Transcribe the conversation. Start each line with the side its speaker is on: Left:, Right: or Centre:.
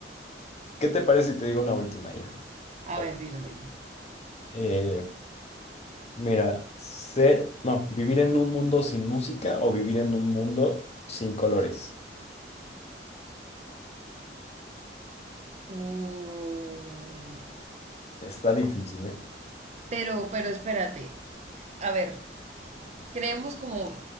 Left: ¿qué te parece si te digo una última ya?
Right: A
Left: A
Right: ver,
Left: ver.
Right: dilo, dilo.
Left: Eh, mira, ser, no, vivir en un mundo sin música o vivir en un mundo sin colores.
Right: Uy.
Left: Está difícil, ¿eh?
Right: Pero, pero espérate. A ver, creemos como